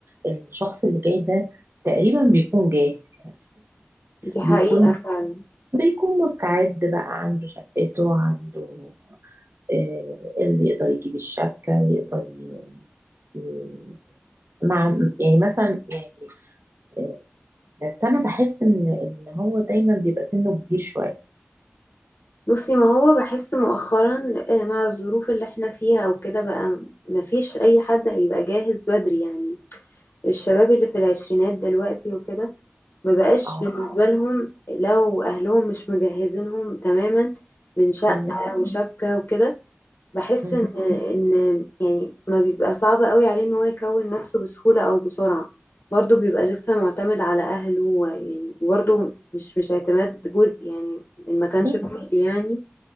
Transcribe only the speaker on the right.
الشخص اللي جاي ده تقريبا بيكون جاهز
بيكون
بيكون مستعد بقى عنده شقته عنده آه، اللي يقدر يجيب الشبكة يقدر ي... ي- مع يعني مثلا يعني آه، بس أنا بحس إن إن هو دايما بيبقى سنه كبير شوية
اه
تمام
مم.
بس